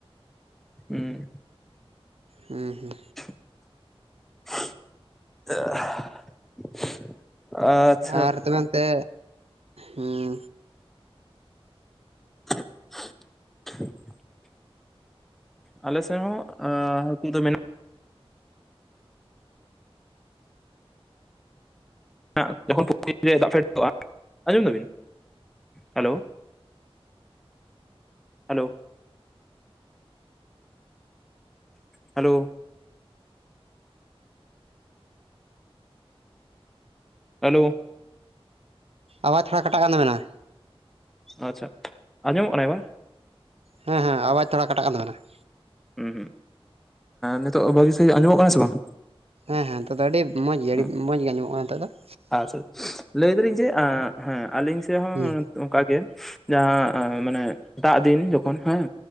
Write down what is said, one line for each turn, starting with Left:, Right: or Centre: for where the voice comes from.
Centre: ᱩᱸ᱾
Right: ᱩᱸ ᱦᱩᱸ᱾
Centre: <unintelligible> ᱟᱪᱪᱷᱟ
Right: ᱟᱨ ᱛᱚᱵᱮ ᱮᱱᱛᱮ? ᱦᱩᱸ᱾
Centre: <inaudible> ᱟᱞᱮ ᱥᱮᱱ ᱦᱚᱸ ᱦᱟᱹᱠᱩ ᱫᱚ ᱢᱮᱱᱟᱜ <unintelligible> ᱟᱸᱡᱚᱢ ᱫᱟᱵᱤᱱ? ᱦᱮᱞᱳ! ᱦᱮᱞᱳ! ᱦᱮᱞᱳ! ᱦᱮᱞᱳ!
Right: ᱟᱣᱟᱡᱽ ᱛᱷᱚᱲᱟ ᱠᱟᱴᱟᱜ ᱠᱟᱱ ᱛᱟᱵᱤᱱᱟ ᱾
Centre: ᱟᱪᱪᱷᱟ, ᱟᱸᱡᱚᱢᱚᱜ ᱠᱟᱱᱟ ᱮᱵᱟᱨ?
Right: ᱦᱮᱸ ᱦᱮᱸ ᱟᱣᱟᱡ ᱛᱷᱚᱲᱟ ᱠᱟᱴᱟᱜ ᱠᱟᱱ ᱛᱟᱵᱤᱱᱟ ᱾
Centre: ᱩᱸ ᱦᱩᱸᱜ ᱱᱤᱛᱚᱜ ᱵᱷᱟᱹᱜᱤ ᱥᱟᱦᱤᱡ ᱟᱸᱡᱚᱢᱚᱜ ᱠᱟᱱᱟ ᱥᱮ ᱵᱟᱝ?
Right: ᱦᱮᱸ ᱦᱮᱸ ᱱᱮᱛᱚᱜ ᱫᱚ ᱟᱹᱰᱤ ᱢᱚᱸᱡᱽ ᱜᱮᱭᱟ
Centre: ᱦᱩᱸ
Right: ᱟᱹᱰᱤ ᱢᱚᱸᱡᱽ ᱜᱮ ᱟᱸᱡᱚᱢᱚᱜ ᱠᱟᱱᱟ ᱱᱤᱛᱚᱜ ᱫᱚ ᱾
Centre: ᱟᱪᱪᱷᱟ, ᱞᱟᱹᱭ ᱮᱫᱟᱞᱤᱧ ᱡᱮ ᱦᱮᱸ ᱟᱹᱞᱤᱧ ᱥᱮᱫ ᱦᱚᱸ
Right: ᱦᱮᱸ
Centre: ᱚᱱᱠᱟ ᱜᱮᱼᱼ ᱡᱟᱦᱟᱸ ᱢᱟᱱᱮ ᱫᱟᱜ ᱫᱤᱱ ᱡᱚᱠᱷᱚᱱ ᱦᱮᱸ,